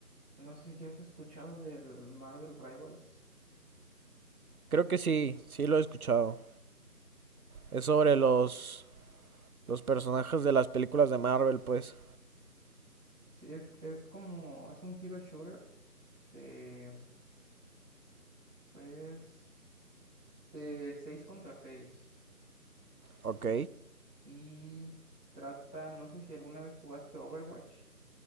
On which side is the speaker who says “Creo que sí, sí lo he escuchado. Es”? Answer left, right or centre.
Right